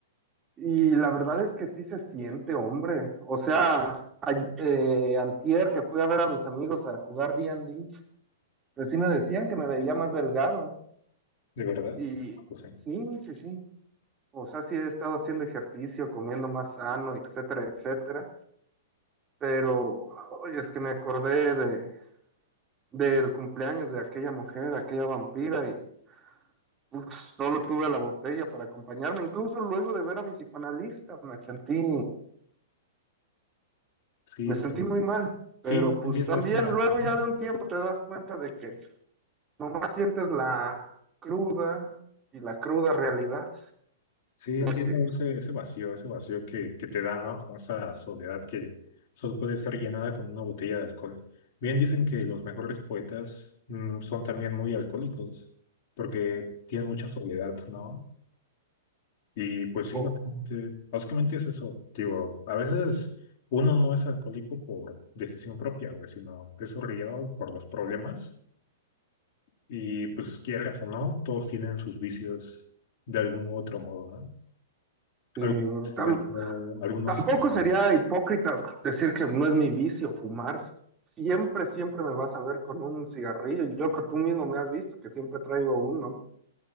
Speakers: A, on the right (about 25°); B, on the left (about 55°).
A: Y la verdad es que sí se siente, hombre. O sea, a- eh, antier que fui a ver a mis amigos a jugar D D&D, pues sí me decían que me veía más delgado.
B: de verdad,
A: Y
B: o sea,
A: sí, sí, sí. O sea, sí he estado haciendo ejercicio, comiendo más sano, etcétera, etcétera. Pero, oye, es que me acordé de, del cumpleaños de aquella mujer, aquella vampira, y uf, solo tuve a la botella para acompañarme. Incluso luego de ver a mi psicoanalista, me sentí
B: sí,
A: Me sentí
B: te-
A: muy mal, pero
B: sí,
A: pues
B: entiendo
A: también
B: esa...
A: luego
B: sí,
A: ya de
B: sí.
A: un tiempo te das cuenta de que nomás sientes la cruda y la cruda realidad
B: Sí,
A: de
B: entiendo
A: que
B: ese, ese vacío, ese vacío que, que te da, ¿no? Como esa soledad que solo puede ser llenada con una botella de alcohol. Bien dicen que los mejores poetas mm, son también muy alcohólicos, porque tienen mucha soledad, ¿no? Y pues sí,
A: poco.
B: básicamente, básicamente es eso. Digo, a veces uno no es alcohólico por decisión propia, güey, sino es orillado por los problemas. Y pues quieras o no, todos tienen sus vicios de algún u otro modo, ¿no?
A: sí,
B: Algo cigarro,
A: tam-
B: Algunos,
A: tampoco
B: eh,
A: sería hipócrita decir que no es mi vicio fumar. si Siempre, siempre me vas a ver con un cigarrillo. Yo creo que tú mismo me has visto que siempre traigo uno.